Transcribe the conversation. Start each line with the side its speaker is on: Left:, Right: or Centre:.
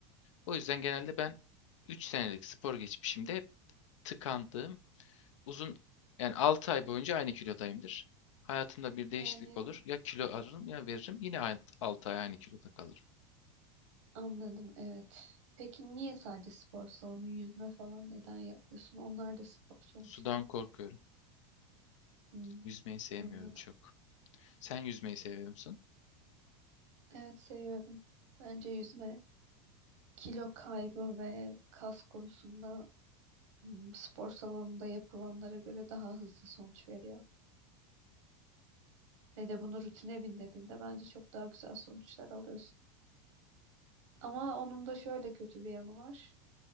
Left: O yüzden genelde ben 3 senelik spor geçmişimde hep tıkandığım uzun yani 6 ay boyunca aynı kilodayımdır. Hayatımda bir değişiklik
Right: Yani
Left: olur. Ya kilo alırım ya veririm. Yine 6 ay aynı kiloda kalırım.
Right: anladım evet. Peki niye sadece spor salonu, yüzme falan neden yapmıyorsun? Onlar da spor sonuçta.
Left: Sudan korkuyorum.
Right: Hmm,
Left: Yüzmeyi sevmiyorum
Right: anladım.
Left: çok. Sen yüzmeyi seviyor musun?
Right: Evet seviyorum. Bence yüzme kilo kaybı ve kas konusunda m, spor salonunda yapılanlara göre daha hızlı sonuç veriyor. Ne de bunu rutine bindirdiğinde bence çok daha güzel sonuçlar alıyorsun. Ama onun da şöyle kötü bir yanı var.